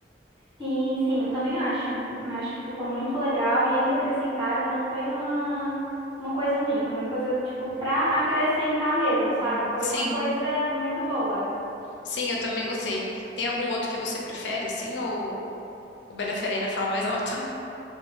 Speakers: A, on the right (about 30°); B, on the left (about 80°).
A: Sim, sim, eu também acho. Eu também acho que ficou muito legal e ainda acrescentaram e não foi uma uma coisa ruim, foi uma coisa tipo pra acrescentar mesmo, sabe? Foi
B: Sim,
A: uma coisa muito boa.
B: sim, eu também gostei. Tem algum outro que você prefere assim ou o Bela e a Fera ainda fala mais alto?